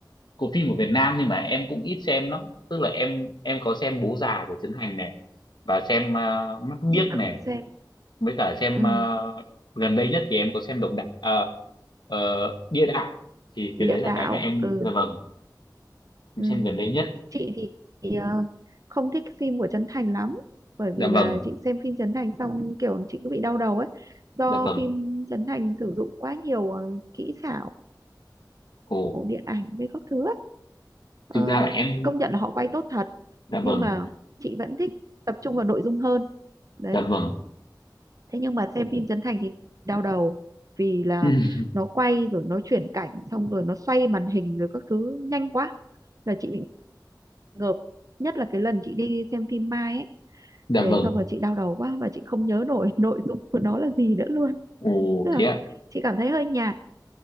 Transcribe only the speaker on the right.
chị
không xem
ừ
địa
đạo
ừ
ừ
chị thì thì, ờ, không thích phim của Trấn Thành lắm bởi
vì là
chị xem phim Trấn Thành xong kiểu chị cứ bị đau đầu ấy do
phim Trấn Thành sử dụng quá nhiều ờ, kỹ xảo
điện ảnh với các thứ ấy. Ờ,
công nhận là họ quay tốt thật
nhưng mà chị vẫn thích tập trung vào nội dung hơn đấy
thế nhưng mà xem phim Trấn Thành thì đau đầu vì là
nó quay rồi nó chuyển cảnh xong rồi nó xoay màn hình rồi các thứ nhanh quá là chị bị ngợp nhất là cái lần chị đi xem phim Mai ấy
về
xong rồi chị đau đầu quá và chị không nhớ nổi <laughs> nội dung của nó là gì nữa luôn
tức
là
chị cảm thấy hơi nhạt